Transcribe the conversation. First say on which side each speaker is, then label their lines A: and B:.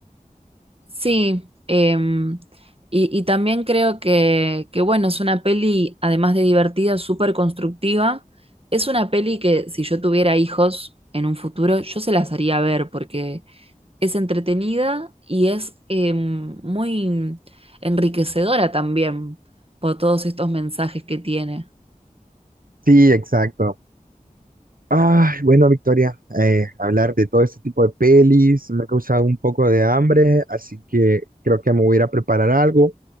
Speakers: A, on the right; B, on the right.
A: Sí, em, y, y también creo que, que, bueno, es una peli, además de divertida, súper constructiva. Es una peli que si yo tuviera hijos en un futuro, yo se las haría ver porque es entretenida y es em, muy enriquecedora también por todos estos mensajes que tiene.
B: Sí, exacto. Ay, bueno, Victoria, eh, hablar de todo este tipo de pelis me ha causado un poco de hambre, así que creo que me voy a ir a preparar algo,